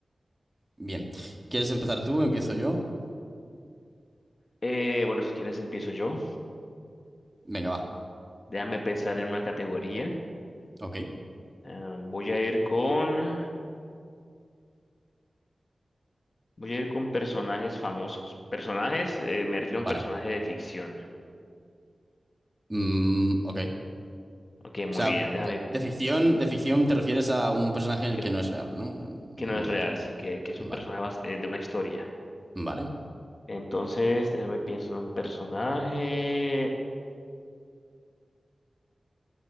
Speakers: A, on the right; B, on the left.
A: Bien. ¿Quieres empezar tú? ¿Empiezo yo?
B: Eh, bueno, si quieres empiezo yo.
A: Venga, va.
B: Déjame pensar en una categoría.
A: Ok,
B: Ah, voy a ir con... Voy a ir con personajes famosos. Personajes, eh, me refiero
A: vale.
B: a un personaje de ficción.
A: Mm, ok.
B: Ok, muy
A: O sea,
B: bien, déjame,
A: de, de ficción, de ficción te refieres a un personaje
B: que,
A: que no es real, ¿no? En ningún
B: que no es
A: momento.
B: real, sí, que, que es
A: Vale,
B: un personaje bas- eh, de una historia.
A: vale.
B: Entonces, déjame pienso en un personaje.